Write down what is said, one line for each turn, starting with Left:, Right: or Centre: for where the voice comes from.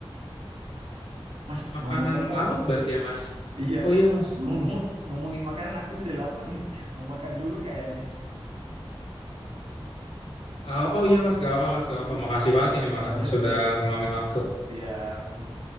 Right: Mas,
Left: Makanan
Right: ngomong-ngomong,
Left: laut berarti ya, Mas.
Right: <laughs> iya,
Left: Oh iya, Mas.
Right: ngomong ngomongin makanan aku jadi lapar nih. Mau makan dulu kayaknya.
Left: Eh, oh iya, Mas. Gak apa-apa, Mas. Gak apa-apa.
Right: Iya,
Left: Makasih banget ini
Right: iya,
Left: malah,
Right: iya,
Left: Mas. Sudah
Right: iya.
Left: ngeluangin waktu.
Right: Siap. iya.